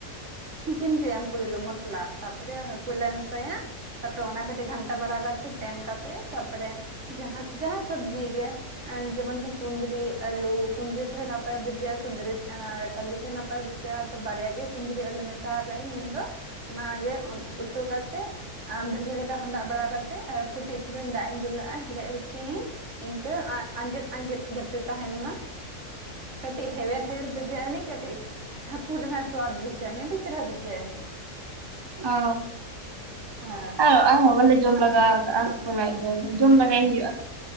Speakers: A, on the right (about 50°); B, on the right (about 30°).
A: ᱤᱥᱤᱱ ᱦᱚᱪᱚᱭᱟᱢ᱾ ᱯᱳᱭᱞᱳ ᱢᱚᱥᱞᱟ ᱛᱟᱨᱯᱚᱨᱮ ᱠᱩᱞᱮ ᱢᱮᱥᱟᱭᱟ ᱛᱟᱯᱚᱨᱮ ᱚᱱᱟ ᱠᱟᱹᱴᱤᱡ ᱜᱷᱟᱱᱴᱟ ᱵᱟᱲᱟ ᱠᱟᱛᱮ ᱛᱮᱱ ᱠᱟᱛᱮᱜ ᱛᱟᱯᱚᱨᱮ ᱡᱟᱦᱟᱸ ᱡᱟᱦᱟᱸ ᱥᱚᱵᱽᱡᱤ ᱜᱮ, ᱡᱮᱢᱚᱱ ᱠᱤ ᱠᱩᱫᱽᱨᱤ ᱟᱞᱩ ᱠᱩᱸᱫᱽᱨᱤ ᱛᱮ ᱦᱚᱸ ᱱᱟᱯᱟᱭ ᱵᱩᱡᱷᱟᱹᱜᱼᱟ ᱠᱩᱸᱫᱽᱨᱤ ᱛᱮ ᱦᱚᱸ ᱟᱨ ᱟᱞᱩ ᱛᱮ ᱱᱟᱯᱟᱭ ᱵᱩᱡᱷᱟᱹᱜᱼᱟ᱾ ᱛᱚ ᱵᱟᱨᱭᱟ ᱜᱮ ᱠᱩᱸᱫᱽᱨᱤ ᱟᱞᱩ ᱢᱮᱥ ᱥᱟᱦᱟ ᱠᱟᱤᱧ ᱤᱧ ᱫᱚ᱾ ᱚᱱᱟᱜᱮ ᱚᱱ ᱩᱛᱩ ᱠᱟᱛᱮᱜ ᱟᱢ ᱵᱷᱟᱹᱜᱤ ᱞᱮᱠᱟ ᱦᱟᱸᱰᱟᱜ ᱵᱟᱲᱟ ᱠᱟᱛᱮᱜ ᱠᱟᱹᱴᱤᱡ ᱪᱩᱞᱩᱝ ᱫᱟᱜ ᱤᱧ ᱫᱩᱞᱟᱜᱼᱟ ᱦᱮᱰᱮᱡ ᱦᱚᱪᱚᱭᱤᱧ᱾ ᱤᱱᱠᱟᱹ ᱟ ᱟᱡᱮᱫ ᱟᱡᱮᱫ ᱡᱟᱛᱮ ᱛᱟᱦᱮᱸᱱ ᱢᱟ᱾ ᱠᱟᱹᱴᱤᱡ ᱦᱮᱣᱮᱨ ᱦᱮᱣᱮᱨ ᱵᱩᱡᱷᱟ ᱟᱱᱤᱡ ᱠᱟᱹᱴᱤᱡ ᱦᱟᱹᱠᱩ ᱨᱮᱱᱟᱜ ᱥᱚᱣᱟᱫ ᱵᱩᱡᱷᱟᱜᱼᱟ ᱱᱤᱡ ᱟᱹᱰᱤ ᱪᱮᱦᱨᱟ ᱵᱩᱡᱷᱟᱜᱼᱟ ᱱᱤᱡ᱾
B: ᱚᱻ
A: ᱦᱮᱸ
B: ᱟᱣ ᱟᱣ ᱦᱚᱸ ᱵᱟᱞᱮ ᱡᱚᱢ ᱞᱮᱜᱟᱣ ᱠᱟᱜᱼᱟ᱾ ᱦᱟᱹᱠᱩ ᱞᱟᱡ ᱫᱚ ᱡᱚᱢ ᱞᱮᱜᱟᱭ ᱦᱩᱭᱩᱜᱼᱟ,